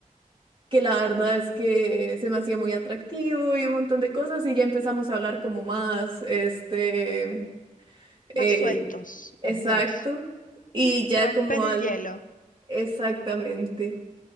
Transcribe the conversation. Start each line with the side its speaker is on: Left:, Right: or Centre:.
Right: que la verdad es que se me hacía muy atractivo y un montón de cosas y ya empezamos a hablar como más, este,
Left: más
Right: eh,
Left: sueltos
Right: exacto,
Left: los dos.
Right: y
Left: Romper
Right: ya como
Left: el
Right: al,
Left: hielo.
Right: exactamente,